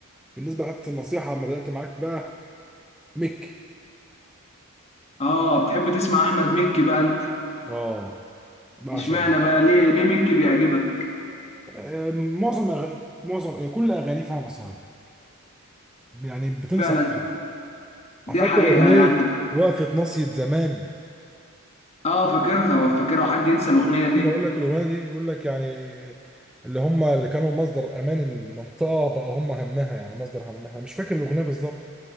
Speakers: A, in the centre; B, on the left.
A: بالنسبه لحتى النصيحه لما بدات معاك بقى ميك
B: اه بتحب تسمع احمد مكي بقى انت
A: اه بعشق
B: اشمعنى
A: ميك.
B: بقى ليه ليه مكي بيعجبك
A: آه، معظم أغ... معظم آه، كل اغاني فيها نصايح يعني بتنصح
B: فعلا
A: بيها
B: دي
A: فاكر
B: حقيقه
A: اغنيه
B: يعني
A: وقفه ناصيه زمان
B: اه فاكرها وفاكرها حد ينسى الاغنيه دي
A: ما اقول لك الاغنيه دي بيقول لك يعني اللي هم اللي كانوا مصدر امان المنطقه بقى هم همها يعني مصدر همها مش فاكر الاغنيه بالظبط